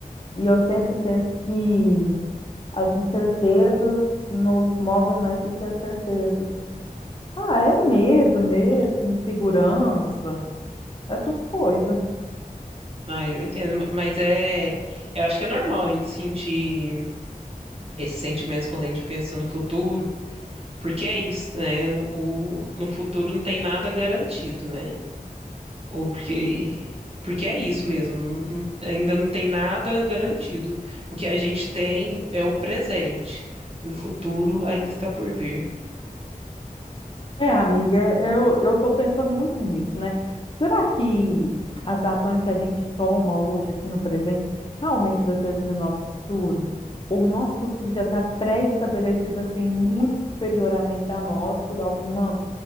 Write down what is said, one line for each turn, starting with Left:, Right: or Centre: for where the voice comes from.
Left: E eu sempre penso que as incertezas nos movem mais do que as certezas. Ah, é medo mesmo, insegurança, essas coisas.
Right: Ah, eu entendo, ma- mas é, eu acho que é normal a gente sentir esses sentimentos quando a gente pensa no futuro, porque é isso, né? No, o- no futuro não tem nada garantido, né? Ou porque, porque é isso mesmo, não- ainda não tem nada garantido. O que a gente tem é o presente, e o futuro ainda está por vir.
Left: É, amiga, é, eu eu estou pensando muito nisso, né? Será que as ações que a gente toma hoje aqui no presente realmente determinam o nosso futuro? Ou o nosso futuro já está pré-estabelecido assim, muito superioramente a nós por alguma,